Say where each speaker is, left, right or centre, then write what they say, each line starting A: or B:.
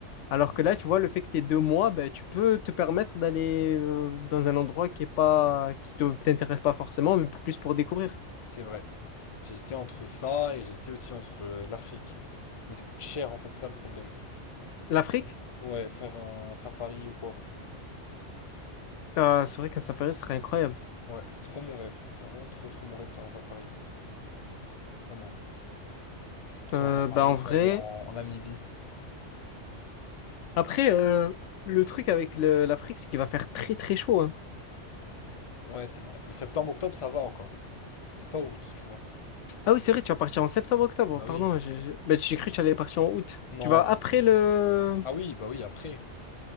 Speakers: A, on the left; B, on the left.
A: Alors
B: Ouais,
A: que là,
B: c'est
A: tu
B: vrai.
A: vois, le fait que tu aies deux mois, ben, tu peux te permettre d'aller euh, dans un endroit qui est pas, qui te, t'intéresse pas forcément, mais plus pour découvrir.
B: C'est vrai. J'hésitais entre ça et j'hésitais aussi entre euh, l'Afrique. Mais ça coûte cher en fait, ça le problème.
A: L'Afrique,
B: Ouais, faire un safari ou quoi.
A: ah, c'est vrai qu'un safari serait incroyable.
B: Ouais, c'est trop mon rêve. C'est vraiment trop trop mon rêve de faire un safari. Vraiment. Soit
A: Euh,
B: un safari,
A: ben, en
B: soit
A: vrai,
B: aller en, en Namibie.
A: après, euh, le truc avec le- l'Afrique, c'est qu'il va faire très très chaud. hein.
B: Ouais, c'est vrai. Mais septembre-octobre, ça va encore. C'est pas août, tu vois.
A: Ah oui, c'est vrai, tu vas partir en septembre-octobre.
B: Bah
A: Pardon,
B: oui.
A: j'ai j'ai- ben, j'ai cru que tu allais partir en août.
B: Non,
A: Tu vas après
B: mais non.
A: le...
B: Ah oui, bah oui, après.